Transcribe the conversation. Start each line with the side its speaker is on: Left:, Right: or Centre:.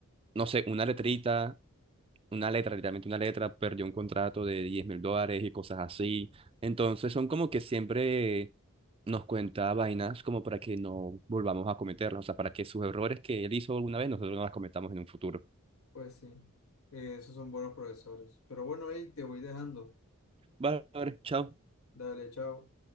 Right: no sé, una letrita una letra, literalmente una letra, perdió un contrato de diez mil dólares y cosas así. Entonces son como que siempre nos cuenta vainas como para que no volvamos a cometerlas, o sea, para que sus errores que él hizo alguna vez nosotros no las cometamos en un futuro.
Left: Pues sí, eh, esos son buenos profesores. Pero bueno, ahí te voy dejando.
Right: Vale, vale, chao.
Left: Dale, chao.